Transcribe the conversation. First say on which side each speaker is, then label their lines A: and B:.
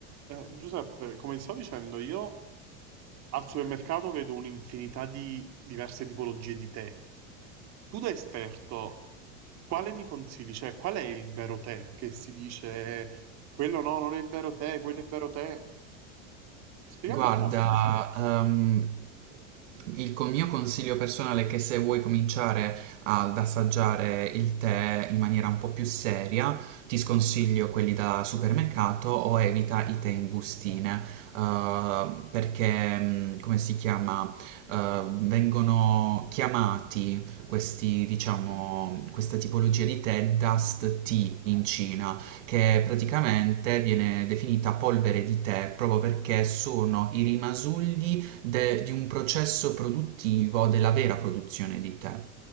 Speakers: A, on the right; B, on the right.
A: Eh, Giuseppe, come ti stavo dicendo, io al supermercato vedo un'infinità di diverse tipologie di tè. Tu da esperto, quale mi consigli? Cioè, qual è il vero tè che si dice eh, quello no, non è il vero tè, quello è il vero tè? Spiegami
B: Guarda,
A: un po'.
B: ehm, il con- mio consiglio personale è che se vuoi cominciare ad assaggiare il tè in maniera un po' più seria, ti sconsiglio quelli da supermercato o evita i tè in bustine, eh, perché, mm, come si chiama, Eh, vengono chiamati questi, diciamo, questa tipologia di tè dust tea in Cina che praticamente viene definita polvere di tè proprio perché sono i rimasugli de- di un processo produttivo della vera produzione di tè.